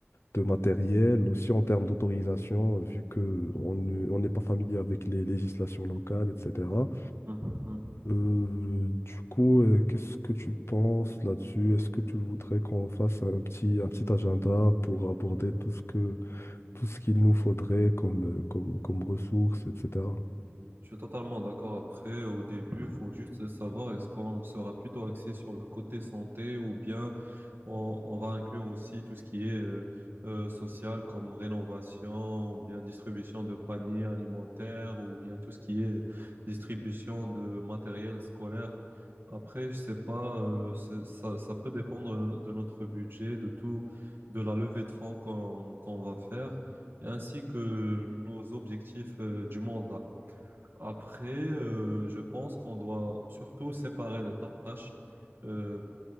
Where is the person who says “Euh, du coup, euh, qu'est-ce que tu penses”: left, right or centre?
Left